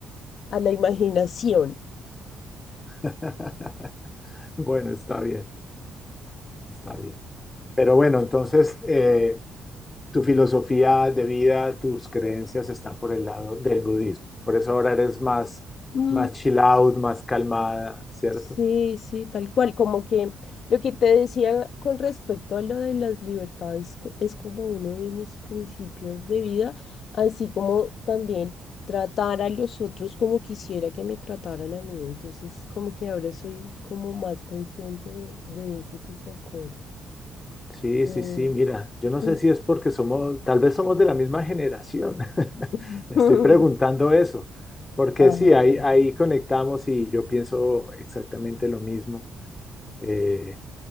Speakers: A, on the left; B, on the left.
A: a la imaginación.
B: <laughs> Bueno, está bien, está bien. Pero bueno, entonces, eh, tu filosofía de vida, tus creencias están por el lado del budismo. Por eso ahora eres más,
A: <clears throat>
B: más chill out, más calmada, ¿cierto?
A: Sí, sí, tal cual, como que lo que te decía con respecto a lo de las libertades co- es como uno de mis principios de vida, así como también tratar a los otros como quisiera que me trataran a mí, entonces como que ahora soy como más consciente de, de ese tipo de cosas.
B: Sí,
A: Eh,
B: sí, sí, mira, yo no sé
A: y s-
B: si es porque somos, tal vez somos de la misma generación. <laughs>
A: <laughs>
B: Me Estoy preguntando eso, porque
A: Ajá,
B: sí, ahí, ahí conectamos y yo pienso exactamente lo mismo. Eh,